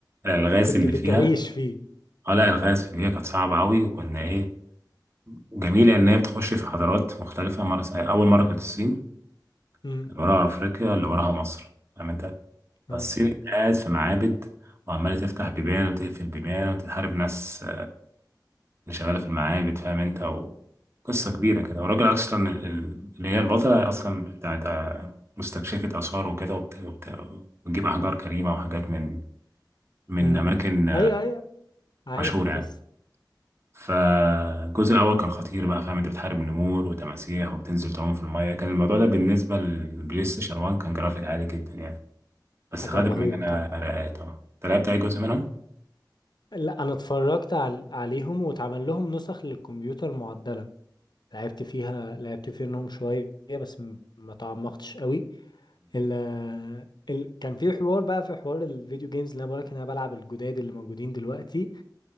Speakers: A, on the right; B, on the left.
A: الالغاز
B: كنت
A: اللي
B: بتعيش
A: فيها
B: فيه
A: اه لا الالغاز اللي فيها كانت صعبه قوي وكنا ايه جميله ان هي بتخش في حضارات مختلفه مره اول مره كانت الصين
B: امم
A: اللي وراها افريقيا اللي وراها مصر فاهم انت
B: اه
A: فالصين انت قاعد في معابد وعمالة تفتح بيبان وتقفل بيبان وتتحارب ناس اللي شغالة في المعابد فاهم انت وقصة كبيرة كده والراجل أصلا ال- ال- اللي هي البطلة أصلا بتاعت مستكشفة آثار وكده وبت- وبت- وتجيب أحجار كريمة وحاجات من من
B: امم
A: أماكن
B: ايوه ايوه عارف
A: مشهورة
B: القصه
A: يعني فالجزء الأول كان خطير بقى فاهم انت بتحارب نمور وتماسيح وبتنزل تعوم في المية كان الموضوع ده بالنسبة للبلاي ستيشن 1 كان جرافيك عالي جدا يعني بس
B: حاجه
A: خدت
B: رهيبه
A: مننا
B: طبعا
A: رقات اه انت لعبت أي جزء منهم؟
B: لا انا اتفرجت عل... عليهم واتعمل لهم نسخ للكمبيوتر معدله لعبت فيها لعبت فيهم شويه بس م- ما تعمقتش قوي ال ال كان في حوار بقى في حوار الفيديو جيمز اللي انا بقولك إن انا بلعب الجداد اللي موجودين دلوقتي